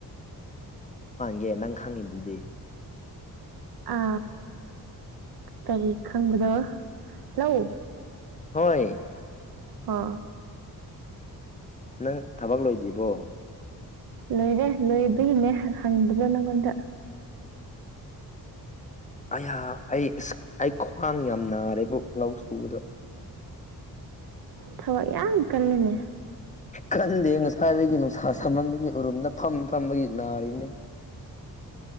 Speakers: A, on the left; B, on the right.
A: ꯀꯦ ꯅꯪ ꯈꯪꯉꯤꯗꯨꯗꯤ
B: ꯑ ꯀꯔꯤ ꯈꯪꯕꯗꯣ ꯂꯧ
A: ꯍꯣꯏ
B: ꯑ
A: ꯅꯪ ꯊꯕꯛ ꯂꯣꯏꯗ꯭ꯔꯤꯕꯣ
B: ꯂꯣꯏꯔꯦ ꯂꯣꯏꯕꯒꯤꯅꯦ ꯍꯪꯕꯗꯣ ꯅꯪꯉꯣꯟꯗ ꯎ
A: ꯑ ꯑꯩ ꯑꯁ ꯑꯩ ꯈ꯭ꯋꯥꯡ ꯌꯥꯝ ꯅꯥꯔꯦꯕꯨ ꯂꯧ ꯁꯨꯕꯗꯣ
B: ꯊꯕꯛ ꯌꯥꯝ ꯀꯜꯂꯤꯅꯦ
A: ꯈꯟꯗꯦ ꯉꯁꯥꯏꯗꯒꯤ ꯅꯨꯡꯁꯥ ꯁꯃꯟꯕꯒꯤ ꯎꯔꯨꯝꯗ ꯐꯝ ꯐꯝꯝꯕꯒꯤ ꯅꯔ ꯏꯅꯤ